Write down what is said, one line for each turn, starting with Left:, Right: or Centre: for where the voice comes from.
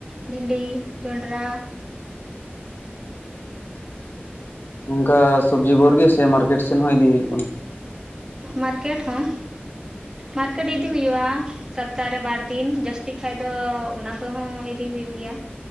Right: ᱵᱷᱤᱱᱰᱤ, ᱡᱚᱱᱰᱨᱟ
Left: ᱱᱚᱝᱠᱟ ᱥᱚᱵᱽᱡᱤ ᱵᱷᱳᱨᱜᱮ ᱥᱮ ᱢᱟᱨᱠᱮᱴ ᱥᱮᱫ ᱦᱚᱸ ᱤᱫᱤ ᱤᱴᱷᱟᱹ ᱴᱷᱮᱱᱦᱩᱭᱩᱜ ᱠᱟᱱᱟ
Right: ᱢᱟᱨᱠᱮᱴ ᱦᱚᱸ ᱢᱟᱨᱠᱮᱴ ᱤᱫᱤ ᱦᱩᱭᱩᱜᱼᱟ ᱥᱚᱯᱛᱟ ᱨᱮ ᱵᱟᱨ ᱫᱤᱱ ᱡᱟᱹᱥᱛᱤ ᱠᱷᱟᱡ ᱫᱚ ᱚᱱᱟ ᱠᱚᱦᱚᱸ ᱤᱫᱤ ᱦᱩᱭᱩᱜ ᱜᱮᱭᱟ